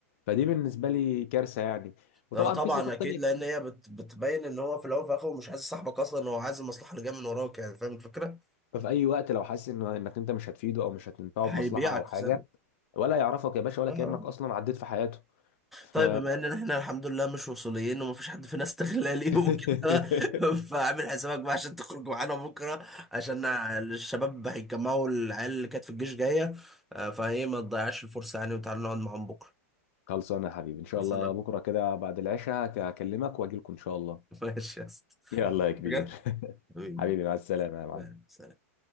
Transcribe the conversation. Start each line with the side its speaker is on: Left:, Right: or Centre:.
Left: فدي بالنسبة لي كارثة يعني وطبعا
Centre: لا طبعا
Left: في صفات
Centre: اكيد
Left: تانية
Centre: لان
Left: كتير
Centre: هي بت بتبين ان هو في الاول وفي الاخر مش عايز صاحبك اصلا هو عايز المصلحة اللي جاية من وراك يعني فاهم الفكرة؟
Left: ففي اي وقت لو حاسس ان انك انت مش هتفيده او مش هتنفعه
Centre: هيبيعك
Left: بمصلحة او حاجة
Centre: في ثانية
Left: ولا يعرفك يا باشا ولا
Centre: اه
Left: كأنك اصلا عديت في حياته ف
Centre: طيب بما ان احنا الحمد لله مش وصوليين ومفيش حد فينا استغلالي
Left: <laughs>
Centre: <laughs> وكده فاعمل حسابك بقى عشان تخرج معانا بكره عشان الشباب هيتجمعوا العيال اللي كانت في الجيش جايه آه، فهي ما تضيعش الفرصه يعني وتعالى نقعد معاهم بكره
Left: خلصانة يا حبيبي ان شاء
Centre: خلصنا
Left: الله بكرة كده بعد العشاء هكلمك واجي لكم ان شاء الله
Centre: <laughs> ماشي يا اسطى
Left: يلا يا كبير
Centre: حاجة؟
Left: <laughs>
Centre: حبيبي
Left: حبيبي مع السلامة يا معلم
Centre: تمام سلام